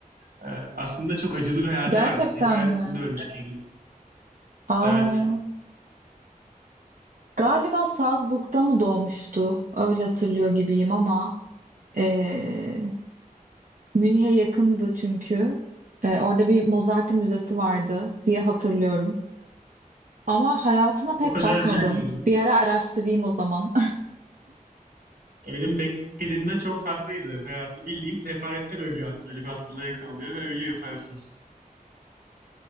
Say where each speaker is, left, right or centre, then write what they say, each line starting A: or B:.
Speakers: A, on the right; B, on the right.
A: Ee, aslında çok acılı bir hayatı
B: Gerçekten
A: varmış. Sefalet
B: mi?
A: içinde ölmüş kendisi.
B: Aa,
A: Evet.
B: galiba Salzburg'da mı doğmuştu? Öyle hatırlıyor gibiyim ama. e, Münih'e yakındı çünkü. Ee, orada bir Mozart müzesi vardı diye hatırlıyorum. Ama hayatına pek
A: O kadar
B: bakmadım.
A: bilmiyorum.
B: Bir ara araştırayım o zaman. <laughs>
A: E, Benim beklediğimden çok farklıydı hayatı. Bildiğin sefaletten ölüyor hatta. Öyle bir hastalığa yakalanıyor ve ölüyor parasız.